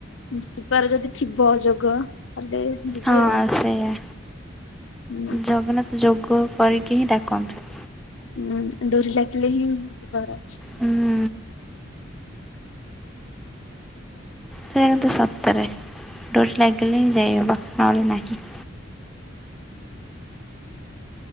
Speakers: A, on the left; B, in the centre.
A: ଯିବାର ଯଦି ଥିବ ଯୋଗ ତାହେଲେ ଯିବି
B: ହଁ
A: ଆଉ।
B: ସେଇଆ,
A: ହୁଁ,
B: ଜଗନ୍ନାଥ ଯୋଗ କରିକି ହିଁ ଡାକନ୍ତି।
A: ହୁଁ ଡୋରି ଲାଗିଲେ ହିଁ ଯିବାର ଅଛି।
B: ହୁଁ ସେଇଟା କିନ୍ତୁ ସତରେ ଡୋରି ଲାଗିଲେ ହିଁ ଯାଇହେବ ନହେଲେ ନାହିଁ।